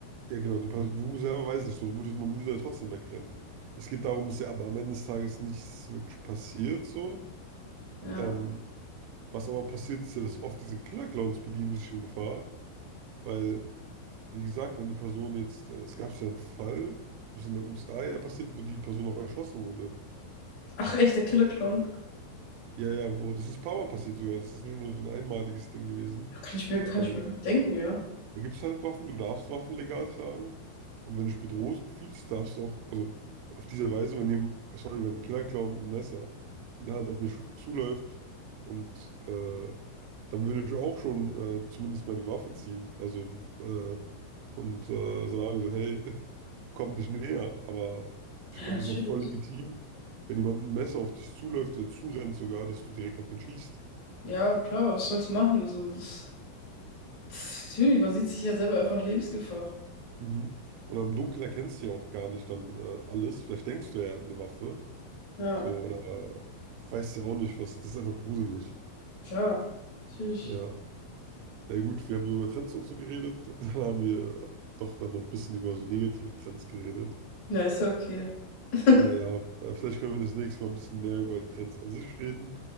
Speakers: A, on the right (about 85°); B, on the left (about 55°).
A: ja, genau, die Person, du selber weiß nicht, so, du würdest, man würde ja trotzdem wegrennen. Es geht darum, dass ja aber am Ende des Tages nichts wirklich passiert, so.
B: Ja.
A: Ähm, was aber passiert, ist ja, dass oft diese Killer-Clowns begeben sich in Gefahr, weil, wie gesagt, wenn die Person jetzt, äh, es gab ja einen Fall, ich glaube, es ist in der USA ja passiert, wo die Person auch erschossen wurde.
B: Ach echt, der Killer Clown.
A: Ja, ja, wo, das ist ein paar Mal passiert sogar, das ist nicht nur so ein einmaliges Ding gewesen.
B: Ja, kann ich mir, kann
A: Weil
B: ich mir noch denken, ja.
A: Da gibt es halt Waffen, du darfst Waffen legal tragen. Und wenn du dich bedroht fühlst, darfst du auch, also auf diese Weise, wenn jemand, sorry, wenn ein Killer-Clown mit einem Messer in der Hand auf mich zuläuft und äh, dann würde ich auch schon äh, zumindest meine Waffe ziehen. Also äh, und äh, sagen so, hey, <laughs> komm nicht näher. Aber
B: Ja,
A: ich glaube,
B: natürlich.
A: es ist auch voll legitim, wenn jemand mit einem Messer auf dich zuläuft oder zurennt sogar, dass du direkt auf ihn schießt.
B: Ja, klar, was sollst du machen? Also, das, das, natürlich, man sieht sich ja selber einfach Lebensgefahr.
A: Mhm. Und am Dunkeln erkennst du ja auch gar nicht dann äh, alles. Vielleicht denkst du, er hat eine Waffe.
B: Ja,
A: So, oder äh, weiß ja auch nicht, was. Das ist einfach gruselig.
B: klar. Natürlich.
A: Ja. Na gut, wir haben so über Trends und so geredet. <laughs> Dann haben wir doch dann noch ein bisschen über so negative Trends geredet.
B: Na, ist ja okay. <laughs>
A: Aber ja, äh, vielleicht können wir das nächste Mal ein bisschen mehr über die Trends an sich reden.